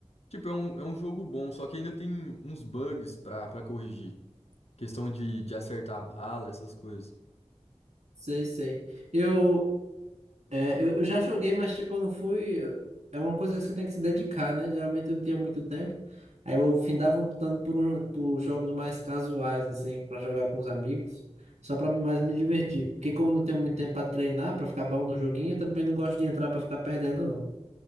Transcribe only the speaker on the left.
Tipo, é um, é um jogo bom, só que ainda tem uns bugs pra, pra corrigir. Questão de, de acertar a bala, essas coisas.